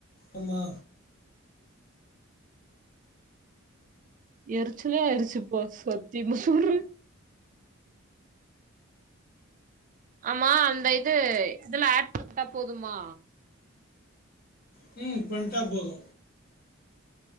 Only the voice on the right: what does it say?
எரிச்சலே ஆயிடுச்சுப்பா சத்தியமா சொல்றே ஆமா அந்த இது இதுல ஆட் பட்டா போதுமா